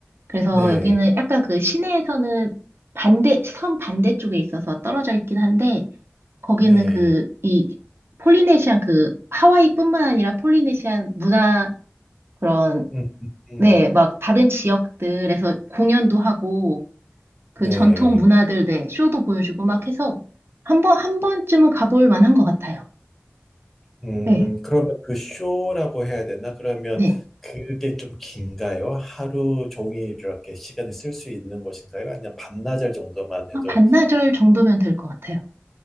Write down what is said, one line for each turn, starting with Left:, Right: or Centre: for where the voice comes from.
Right: 그래서
Centre: 네,
Right: 여기는 약간 그 시내에서는 반대, 섬 반대쪽에 있어서 떨어져 있긴 한데, 거기는
Centre: 네.
Right: 그, 이, 폴리네시안 그, 하와이뿐만 아니라 폴리네시안 문화, 그런
Centre: 음, 음, 음.
Right: 네, 막 다른 지역들에서 공연도 하고 그
Centre: 네.
Right: 전통 문화들, 네, 쇼도 보여주고 막 해서 한 번, 한 번쯤은 가볼 만한 것 같아요.
Centre: 음,
Right: 네.
Centre: 그러면 그 쇼라고 해야 되나? 그러면
Right: 네,
Centre: 그게 좀 긴가요? 하루 종일 이렇게 시간을 쓸 수 있는 것인가요? 아니면 반나절 정도만 해도
Right: 한 반나절 정도면 될 것 같아요.